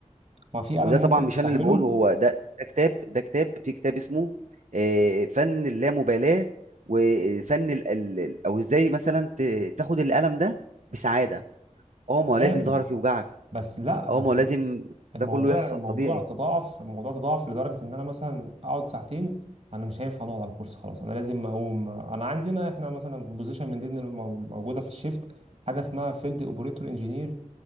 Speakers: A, on the right; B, on the right.
A: ما في الم
B: وده
A: ممكن
B: طبعا مش
A: تستحمله
B: انا اللي باقوله هو ده ده كتاب ده كتاب في كتاب اسمه آآ، فن اللامبالاة وفن ال ال ال أو إزاي مثلًا ت تاخد الألم ده بسعادة، آه، ما هو
A: تمام
B: لازم ضهرك يوجعك،
A: بس لا
B: آه،
A: بس
B: ما هو لازم
A: الموضوع
B: ده كله يحصل
A: الموضوع
B: طبيعي،
A: تضاعف الموضوع تضاعف لدرجة إن أنا مثلا أقعد ساعتين أنا مش هينفع أقعد على الكرسي خلاص أنا لازم أقوم أنا عندنا إحنا مثلا في بوزيشن من ضمن الم- موجودة في الشيفت حاجة اسمها فيلد أوبريتور إنجينير